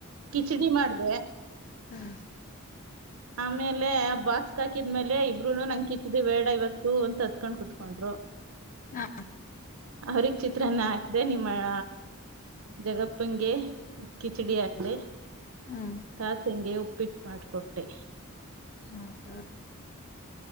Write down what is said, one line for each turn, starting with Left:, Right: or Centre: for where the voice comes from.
Right: ಕಿಚಡಿ ಮಾಡ್ದ
Left: ಹಾ
Right: ಆಮೇಲೆ ಆ ಬಾಕ್ಸ್ ಹಾಕಿದ್ಮೇಲೆ ಇಬ್ರುನು ನಂ ಕಿಚಿದ ಬೇಡ ಇವತ್ತು ಅಂತ ಹತ್ಕೊಂಡ್ ಕುತ್ಕೊಂಡ್ರು ಹ
Left: ಹಾ
Right: ಅವ್ರಗ್ ಚಿತ್ರಾನ್ನ ಹಾಕ್ದೆ ನಿಮ್ಮಳ ಜಗಪ್ಪಂಗೆ ಕಿಚಡಿ ಹಾಕ್ಲೆ
Left: ಹ್ಮ್
Right: ತಾಸಂಗೆ ಉ ರಿಪೀಟ್ ಮಾಡಿಕೊಟ್ಟೆ
Left: ಹ ಹ